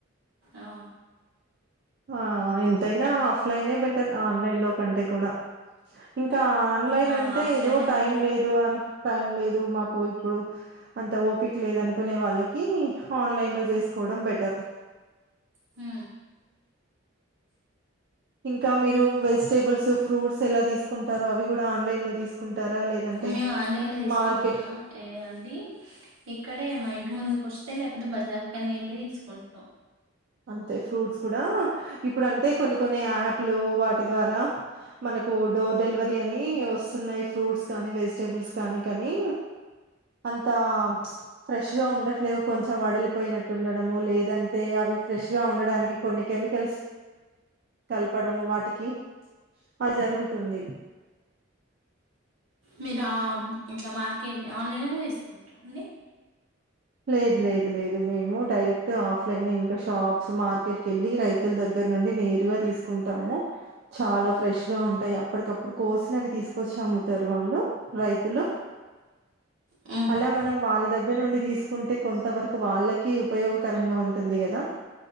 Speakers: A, on the right; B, on the right.
A: అవును.
B: ఆ ఎంతైనా ఆఫ్లైనే పెట్ ఆన్లైన్ లో కంటే కూడా ఇంకా ఆన్లైన్
A: ఆ
B: అంటే
A: ఆఫ్లైనే
B: ఏదో టైం
A: బెటర్
B: లేదు అ టైం లేదు మాకు ఇప్పుడు అంత ఓపిక లేదు అనుకునే వాళ్ళకి ఆన్లైన్ లో చేసుకోవడం బెటర్
A: హ
B: ఇంకా మీరు వెజిటేబుల్స్ ఫ్రూట్స్ ఎలా తీసుకుంటారో అవి కూడా ఆన్లైన్ లో తీసుకుంటారా లేదంటే
A: మేము ఆన్లైన్ లో తీసుకోం
B: మార్కెట్
A: అక్క ఏ అండి ఇక్కడే ఇంటి ముందుక వస్తే లేకపోతే బజార్ కెళ్ి వెళ్ళి తీసుకుంటాం
B: అంతే ఫ్రూట్స్ కూడా ఇప్పుడు అంటే కొన్ని కొన్ని యాప్లు వా ద్వారా మనకు డోర్ డెలివరీ అని వస్తున్నాయి ఫ్రూట్స్ కానీ వెజిటబుల్స్ కానీ కానీ అంత ఫ్రెష్ గా ఉండట్లేదు కొంచం ం వడలిపోయినట్టుండ లేదంటే అవి ఫ్రెష్ గా ఉండడానికి కొన్ని కెమికల్స్ కలపడం వాటికి అలా జరుగుతు ంది
A: మీరు ఇట్లా మార్కెట్ ఆన్లైన్ తీసుకుంటార అండి
B: లేదు లేదు లేదు మేము డైరెక్ట్ ఆఫ్లైన్ ఇంకా షాప్స్ మార్కెట్ క వెళ్ళి రైతుల దగ్గర నుండి నేరుగా తీసుకుంటాము చాలా ఫ్రెష్ గా ఉంటాయి అప్పటికప్పుడు కోసిన అవి తీసుకొచ్చి అమ్ముతారు వాళ్ళు రైతులు
A: మ్మ్హ్మ్.
B: అలా మనం వాళ్ళ దగ్గర నుండి తీసు ఉంటే కొంత వరకు వాళ్ళకి ఉపయోగకరంగా ఉంటుంది కదా